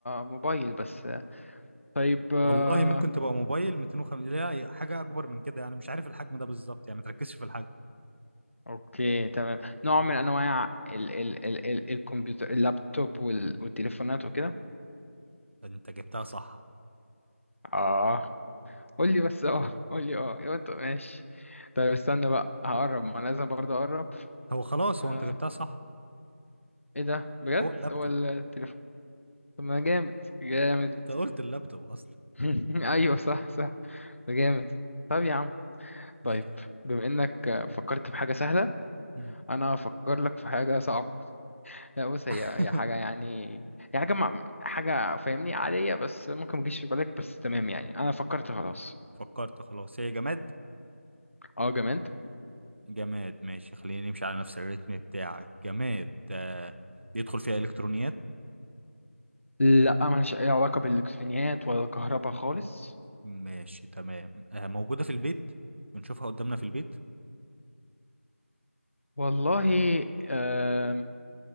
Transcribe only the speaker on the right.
والله ممكن تبقى موبايل 250 لا هي حاجة اكبر من كده انا مش عارف الحجم ده بالظبط يعني ما تركزش في الحجم
انت جبتها صح
هو خلاص
هو انت جبتها صح
هو اللابتوب
انت قلت اللابتوب اصلا
ماشي
مم.
<laughs>
فكرت خلاص هي جماد
جماد ماشي خلينا نمشي على نفس الريتم بتاعك جماد آه يدخل فيها إلكترونيات
ماشي تمام آه موجودة في البيت بنشوفها قدامنا في البيت